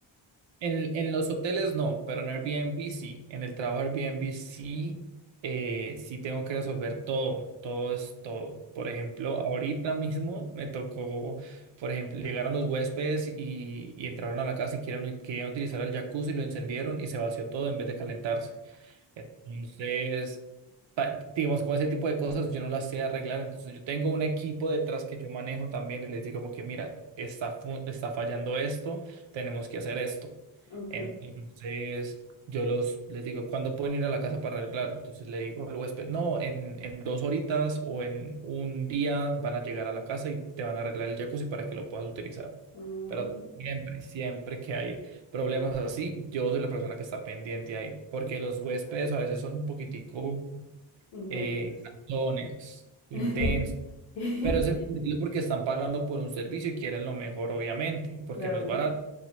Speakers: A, on the right; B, on the left.
A: En, en los hoteles no, pero en Airbnb sí. En el trabajo Airbnb sí, eh, sí tengo que resolver todo. Todo es todo. Por ejemplo, ahorita mismo me tocó, por ejemplo, llegaron los huéspedes y, y entraron a la casa y quieren- querían utilizar el jacuzzi, lo encendieron y se vació todo en vez de calentarse. Entonces, pa- digamos, con ese tipo de cosas yo no las sé arreglar, entonces yo tengo un equipo detrás que yo manejo también y les digo como que, mira, está, fu- está fallando esto, tenemos que hacer esto.
B: Ok.
A: Entonces, yo los, les digo, ¿cuándo pueden ir a la casa para arreglarlo? Entonces le digo al huésped, no, en, en dos horitas o en un día van a llegar a la casa y te van a arreglar el jacuzzi para que lo puedas utilizar.
B: Mm,
A: Pero siempre, siempre que hay problemas así, yo soy la persona que está pendiente ahí, porque los huéspedes a veces son un poquitico
B: intensos.
A: eh, cantones, intensos,
B: <laughs>
A: pero es entendible porque están pagando por un servicio y quieren lo mejor, obviamente, y porque
B: Claro.
A: no es barato.